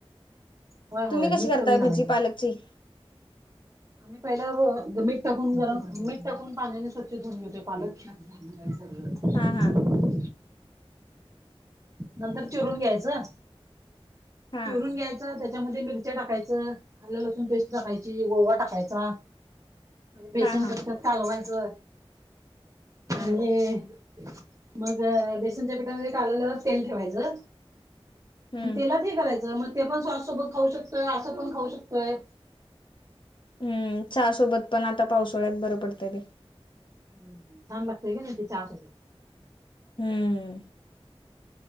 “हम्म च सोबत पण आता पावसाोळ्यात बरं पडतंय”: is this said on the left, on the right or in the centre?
Left